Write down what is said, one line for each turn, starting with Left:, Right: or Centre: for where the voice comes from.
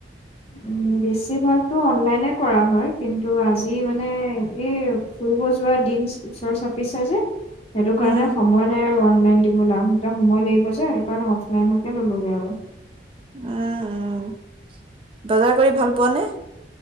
Left: উম বেছিভাগতো অনলাইনে কৰা হয় কিন্তু আজি মানে, এই ফুৰিব যোৱা দিন ওচৰ চাপিছে যে। সেইটো
Right: উম
Left: কাৰণে সময় নাই আৰু অনলাইন দিবলৈ আহ এটা সময় লাগিব যে, সেইটো কাৰণে অফলাইনকে ল'লোগে আৰু।
Right: উম, উম বজাৰ কৰি ভাল পোৱা নে?